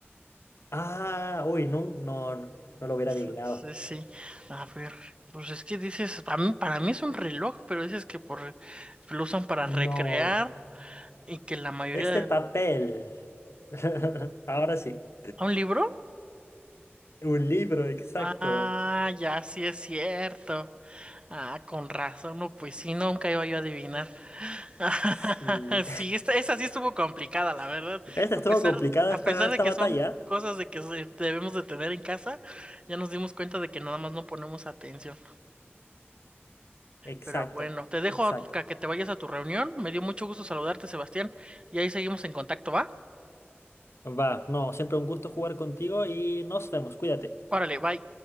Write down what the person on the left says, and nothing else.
Ah, uy, no, no, no, no lo hubiera
adivinado.
No,
es
de papel. <laughs> Ahora sí,
un libro, exacto.
Sí.
<laughs> Esta
estuvo
complicada
esta,
esta
batalla.
Exacto,
exacto.
Va, no, siempre un gusto jugar contigo y nos vemos, cuídate.